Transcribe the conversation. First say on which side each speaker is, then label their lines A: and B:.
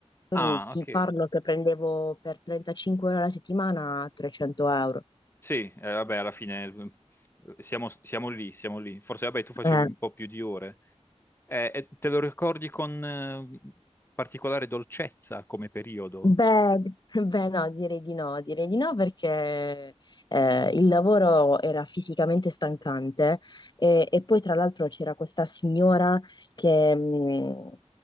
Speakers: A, on the left (about 40°); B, on the left (about 20°).
A: quindi
B: Ah,
A: ti
B: ok.
A: parlo che prendevo per 35 ore alla settimana 300 euro.
B: Sì, eh, vabbè, alla fine eh, siamo, siamo lì, siamo lì. Forse, vabbè, tu facevi
A: Eh,
B: un po' più di ore. Eh, e te lo ricordi con eh, particolare dolcezza come periodo?
A: Beh, <laughs> beh, no, direi di no, direi di no perché eh, il lavoro era fisicamente stancante e, e poi tra l'altro c'era questa signora che mh,